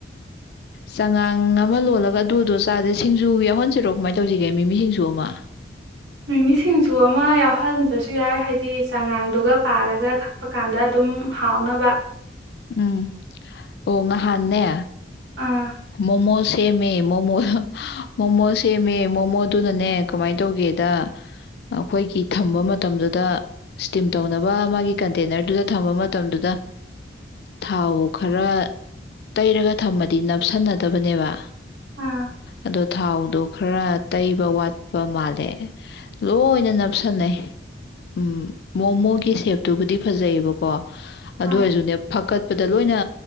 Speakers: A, on the left; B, on the right.
A: ꯆꯉꯥꯡ ꯑꯃ ꯂꯣꯜꯂꯒ ꯑꯗꯨꯗꯣ ꯆꯥꯥꯁꯦ ꯁꯤꯡꯖꯨ ꯌꯥꯎꯍꯟꯁꯤꯔꯣ ꯀꯃꯥꯏꯅ ꯇꯧꯁꯤꯒꯦ ꯃꯤꯃꯤ ꯁꯤꯡꯖꯨ ꯑꯃ
B: ꯃꯤꯃꯤ ꯁꯤꯡꯖꯨ ꯑꯃ ꯌꯥꯎꯍꯟꯕꯁꯨ ꯌꯥꯏ ꯍꯥꯏꯗꯤ ꯆꯉꯥꯡꯗꯨꯒ ꯄꯥꯔꯒ ꯊꯛꯄ ꯀꯥꯟꯗ ꯑꯗꯨꯝ ꯍꯥꯎꯅꯕ
A: ꯎꯝ ꯑꯣ ꯉꯍꯥꯟꯅꯦ
B: ꯑꯥ
A: ꯃꯣꯃꯣ ꯁꯦꯝꯃꯦ ꯃꯣꯃꯣ ꯍ ꯃꯣꯃꯣ ꯁꯦꯝꯃꯦ ꯃꯣꯃꯣꯗꯨꯅꯅꯦ ꯀꯃꯥꯏ ꯇꯧꯒꯦꯗ ꯑꯩꯈꯣꯏꯒꯤ ꯊꯝꯕ ꯃꯇꯝꯗꯨꯗ ꯁ꯭ꯇꯤꯝ ꯇꯧꯅꯕ ꯃꯥꯒꯤ ꯀꯟꯇꯦꯟꯅ꯭ꯔꯗꯨꯗ ꯊꯝꯕ ꯃꯇꯝꯗꯨꯗ ꯊꯥꯎ ꯈꯔ ꯇꯩꯔꯒ ꯊꯝꯕ ꯗꯤ ꯅꯞꯁꯟꯅꯗꯕꯅꯦꯕ
B: ꯑꯥ
A: ꯑꯗꯣ ꯊꯥꯎꯗꯣ ꯈꯔ ꯇꯩꯕ ꯋꯥꯠꯄ ꯃꯥꯜꯂꯦ ꯂꯣꯏꯅ ꯅꯞꯁꯟꯅꯩ ꯎꯝ ꯃꯣꯃꯣꯒꯤ ꯁꯦꯞꯇꯨꯕꯨꯗꯤ ꯐꯖꯩꯌꯦꯕꯀꯣ ꯑꯗꯨ
B: ꯑꯥ
A: ꯑꯣꯏꯔꯁꯨꯅꯦ ꯐꯛꯀꯠꯄꯗ ꯂꯣꯏꯅ